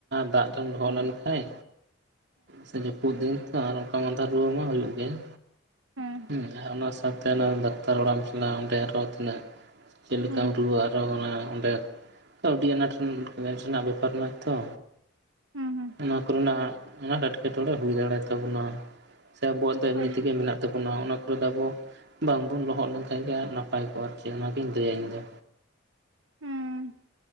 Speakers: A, on the right; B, on the right.
A: ᱫᱟᱜᱛᱮᱢ ᱞᱚᱦᱚᱫ
B: ᱦᱮᱸ
A: ᱞᱮᱱ ᱠᱷᱟᱡ ᱥᱮ ᱡᱟᱹᱯᱩᱫ ᱫᱤᱱ ᱛᱚ ᱟᱨ ᱚᱱᱠᱟ ᱢᱟᱫᱟ ᱨᱩᱣᱟᱹ ᱢᱟ ᱦᱩᱭᱩᱜ ᱜᱮᱭᱟ,
B: ᱦᱮᱸ
A: ᱦᱩᱸ ᱟᱨ ᱚᱱᱟ ᱥᱟ ᱫᱟᱠᱛᱟᱨ ᱚᱲᱟᱜ ᱮᱢ ᱪᱟᱞᱟᱜ ᱚᱰᱮ ᱟᱨᱚ ᱛᱤᱱᱟᱜ ᱪᱮᱫ ᱞᱮᱠᱟᱢ
B: ᱦᱮᱸ
A: ᱨᱩᱣᱟᱹᱜ ᱟᱨᱚ ᱚᱱᱟ ᱚᱸᱰᱮ ᱠᱟᱹᱣᱰᱤ ᱟᱱᱟᱴ ᱨᱮᱱᱟᱜ <unintelligible> ᱠᱟᱨᱮᱱᱟᱜ ᱛᱚ
B: ᱦᱮᱸ ᱦᱮᱸ
A: ᱱᱚᱣᱟ ᱠᱚᱨᱮᱱᱟᱜ ᱟᱱᱟᱴ ᱮᱴᱠᱮᱴᱚᱬᱮ ᱦᱩᱭ ᱫᱟᱲᱮᱭᱟ ᱛᱟᱵᱚᱱᱟ ᱥᱮ ᱟᱵᱚᱣᱟᱜ ᱫᱚ ᱮᱢᱱᱤ
B: ᱦᱳᱭ
A: ᱛᱮᱜᱮ ᱢᱮᱱᱟᱜ ᱛᱟᱵᱚᱱᱟ ᱚᱱᱟ ᱠᱚᱨᱮ ᱫᱚ ᱟᱵᱚ ᱵᱟᱝ ᱵᱚᱱ ᱞᱚᱦᱚᱜ ᱞᱮᱱᱠᱷᱟᱱ ᱜᱮ ᱱᱟᱯᱟᱭ ᱠᱚᱜ-ᱟ ᱟᱨ ᱪᱮᱜ ᱚᱱᱟᱜᱤᱧ ᱞᱟᱹᱭᱟ ᱤᱧ ᱫᱚ᱾
B: ᱦᱩᱸ